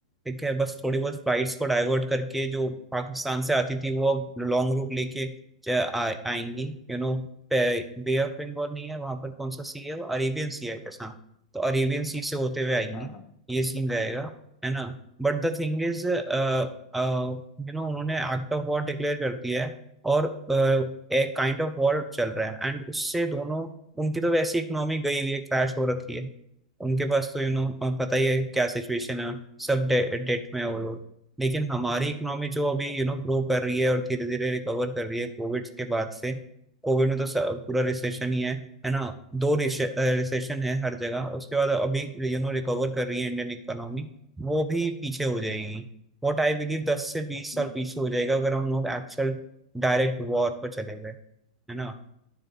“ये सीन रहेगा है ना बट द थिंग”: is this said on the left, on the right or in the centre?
Centre